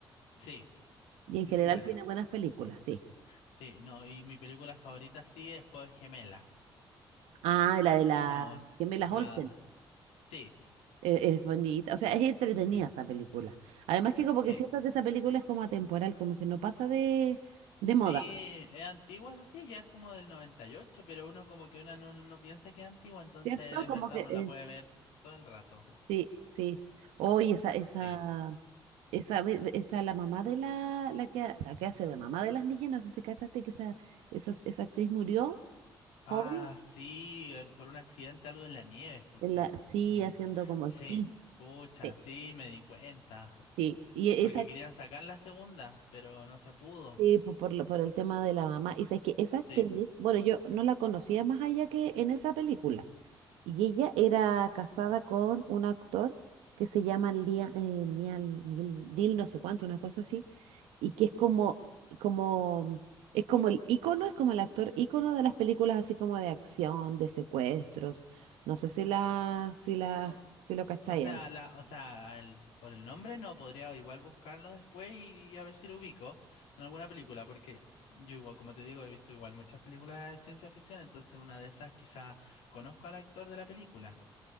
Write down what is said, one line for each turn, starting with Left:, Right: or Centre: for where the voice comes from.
Left: Sí,
Right: Y en
Left: muy
Right: general
Left: buena.
Right: tiene buenas películas, sí.
Left: Sí, no, y mi película favorita sí es Juego de Gemela.
Right: Ah, y la de la
Left: No, sí,
Right: Gemelas
Left: la-
Right: Olsen.
Left: sí,
Right: e- Es, bonita, o sea, es entretenida
Left: sí,
Right: esa película. Además que como
Left: sí.
Right: que siento que esa película es como atemporal, como que no pasa de, de moda,
Left: Sí, es antigua, eso sí, ya es como del 98, pero uno como que una no, no piensa que es antigua, entonces
Right: ¿cierto?
Left: es
Right: Como
Left: verdad,
Right: que
Left: uno
Right: eh,
Left: la puede ver todo el rato.
Right: sí, sí. Hoy esa, esa,
Left: Sí.
Right: esa, ve- esa, la mamá de la, la que, ha- la que hace de mamá de las niñas, no sé si cachaste que esa, esa, esa actriz murió
Left: Ah,
Right: joven,
Left: sí, el- por un accidente algo en la nieve, escuché.
Right: en la, sí,
Left: Vi.
Right: haciendo como
Left: Sí,
Right: esquí.
Left: pucha,
Right: Sí,
Left: sí, me di cuenta.
Right: sí. Y esa
Left: Porque querían sacar la segunda, pero no se pudo.
Right: Sí, po- por, lo- por el tema de la mamá. Y sabes que esa actriz,
Left: Sí.
Right: bueno, yo no la conocía más allá que en esa película. Y ella era casada con un actor que se llama Lia- eh, Niall- Neil, Neil no sé cuánto, una cosa así, y que es como, como, es como el ícono, es como el actor ícono de las películas así como de acción, de secuestros. No sé si la, si la,
Left: O,
Right: si lo cacháis.
Left: o sea, la, o sea, el- por el nombre no, podría igual buscarlo después y, y a ver si lo ubico en alguna película, porque yo igual, como te digo, he visto igual muchas películas de ciencia ficción, entonces en una de esas quizá conozco al actor de la película.